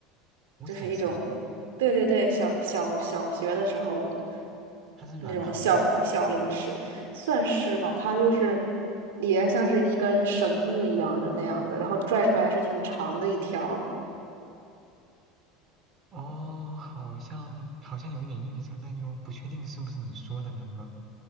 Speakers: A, on the right (about 35°); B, on the right (about 85°).
A: 五彩色，
B: 就是一种，对对对，小小小学的时候
A: 它是软糖吗？
B: 那种小小零食，算是吧，它就是里边像是一根绳子一样的那样的，然后拽出来是挺长的一条儿
A: 哦，好像好像有一点印象，但又不确定是不是你说的那个。